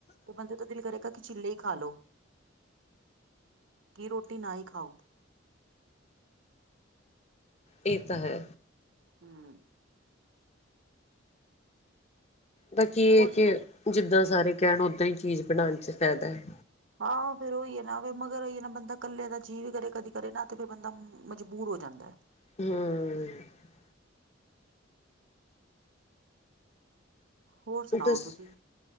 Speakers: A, on the right (about 80°); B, on the left (about 35°).
A: ਤੇ ਬੰਦੇ ਤਾਂ ਦਿਲ ਕਰੇ ਕਿ ਚਿੱਲੇ ਹੀ ਖਾ ਲਓ ਕੀ ਰੋਟੀ ਨਾ ਹੀ ਖਾਓ
B: ਇਹ ਤਾਂ ਹੈ
A: ਹਮ
B: ਤਾਂ ਕੀ
A: ਹੋਰ
B: ਹੈ
A: ਸੁਣਾ
B: ਕਿ ਜਿੱਦਾਂ ਸਾਰੇ ਕਹਿਣ ਓਦਾਂ ਹੀ ਚੀਜ਼ ਬਣਾਉਣ ਚ ਫਾਇਦਾ ਹੈ
A: ਹਾਂ ਫੇਰ ਉਹੀ ਹੈ ਨਾ ਮਗਰ ਹੀ ਹੈ ਨਾ ਬੰਦਾ ਇਕੱਲੇ ਦਾ ਜੀਅ ਵੀ ਕਰੇ ਨਾ ਕਦੀ ਕਦੇ ਨਾ ਫਿਰ ਬੰਦਾ ਮਜਬੂਰ ਹੋ ਜਾਂਦਾ
B: ਹਮ
A: ਹੋਰ ਸੁਣਾਓ
B: ਦੱਸ
A: ਤੁਸੀਂ